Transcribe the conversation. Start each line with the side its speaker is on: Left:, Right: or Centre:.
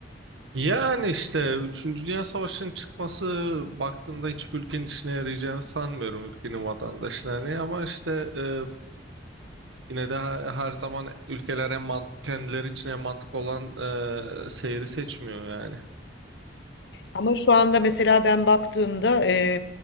Right: Yani işte üçüncü Dünya Savaşı'nın çıkması baktığında hiçbir ülkenin işine yarayacağını sanmıyorum ülkenin vatandaşına ne ama işte e, yine de her, her zaman ülkeler en mant- kendileri için en mantık olan e, seyri seçmiyor yani.
Left: Ama şu anda mesela ben baktığımda e,